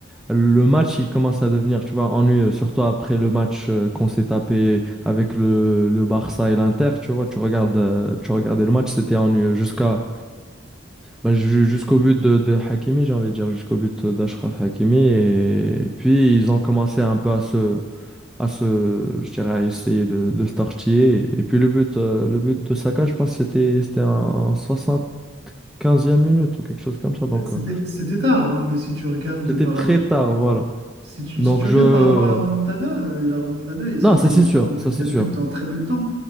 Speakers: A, in the centre; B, on the right.
A: le match, il commence à devenir, tu vois, ennuyeux, surtout après le match euh, qu'on s'est tapé avec le, le Barça et l'Inter, tu vois, tu regardes, euh, tu regardais le match, c'était ennuyeux jusqu'à bah, ju- jusqu'au but de, de Hakimi, j'ai envie de dire, jusqu'au but d'Ashraf Hakimi. Et, et puis, ils ont commencé un peu à se, à se, je dirais, à essayer de, de se tortiller. Et, puis, le but, euh, le but de Saka, je pense, c'était, c'était en soixante quinzième minute ou quelque chose comme ça. Donc,
B: C'était,
A: euh,
B: c'était tard, hein, mais si tu regardes
A: c'était
B: par,
A: très
B: rap-
A: tard, voilà.
B: si tu,
A: Donc,
B: si tu regardes
A: je,
B: par rapport à la remontada, euh, la remontada, ils
A: Non,
B: ont
A: ça
B: pris
A: c'est sûr,
B: 3 buts,
A: ça
B: 4
A: c'est sûr,
B: buts en très peu de temps.